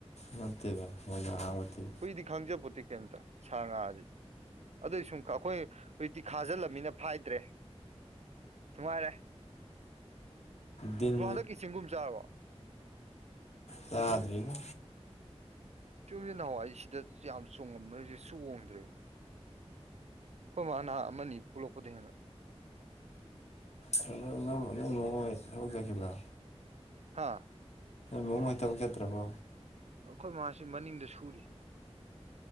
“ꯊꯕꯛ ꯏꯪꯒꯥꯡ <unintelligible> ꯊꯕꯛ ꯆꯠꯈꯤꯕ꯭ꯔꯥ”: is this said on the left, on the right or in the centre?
Left